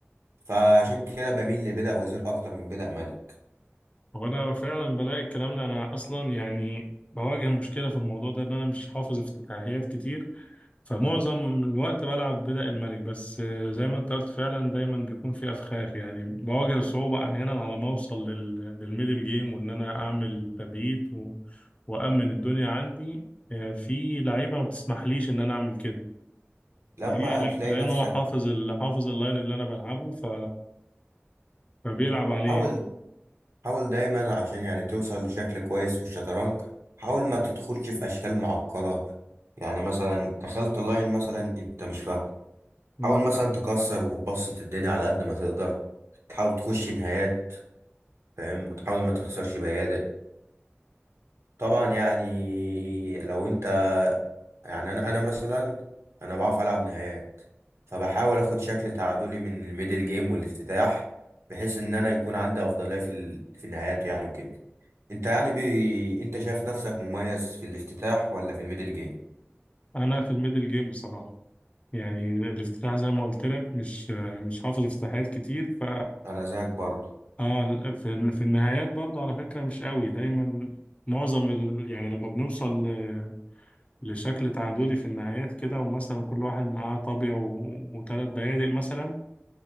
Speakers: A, on the right; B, on the left.
A: فعشان كده بميل لبدأ وزير أكتر من بدأ مالك
B: هو انا فعلا بلاقي الكلام ده انا اصلا يعني بواجه مشكله في الموضوع ده ان انا مش حافظ افتتاحيات كتير فمعظم الوقت بلعب بدأ الملك بس آه، زي ما انت قلت فعلا دايما بيكون في افخاخ يعني بواجه صعوبه احيانا على ما اوصل لل... للميدل جيم وان انا اعمل تبييت و... وامن الدنيا عندي آه، في لعيبه ما بتسمحليش ان انا اعمل كده
A: لما
B: ليه ل-
A: تلاقي
B: لانه
A: نفسك
B: هو حافظ ال... حافظ اللاين اللي انا بلعبه ف... فبيلعب عليه
A: حاول حاول دايما عشان يعني توصل لشكل كويس في الشطرنج حاول ما تدخلش في أشكال معقدة يعني مثلا دخلت لاين مثلا أنت مش فاهم
B: مم.
A: حاول مثلا تكسر وتبسط الدنيا على قد ما تقدر تحاول تخش نهايات فاهم وتحاول ما تخسرش بيادق طبعا يعني لو انت يعني انا انا مثلا انا بعرف العب نهائيات فبحاول اخد شكل تعادلي من الميدل جيم والافتتاح بحيث ان انا يكون عندي افضليه في ال- في النهايات يعني وكده انت يعني بي... انت شايف نفسك مميز في الافتتاح ولا في الميدل جيم
B: انا في الميدل جيم بصراحه يعني الافتتاح زي ما قلت لك مش مش حافظ افتتاحات كتير ف
A: انا زيك برضه
B: اه ال- في في النهايات برضه على فكره مش قوي دايما معظم ال... يعني لما بنوصل ل... لشكل تعادلي في النهايات كده ومثلا كل واحد معاه طابيه و... وثلاث بيادق مثلا